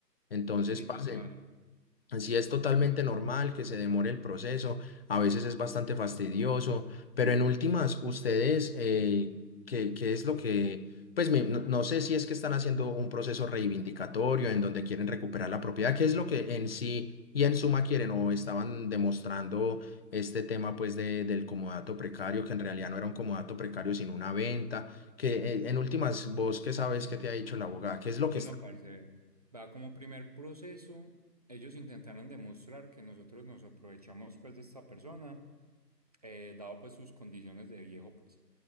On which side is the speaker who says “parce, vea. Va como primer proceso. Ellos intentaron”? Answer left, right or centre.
Right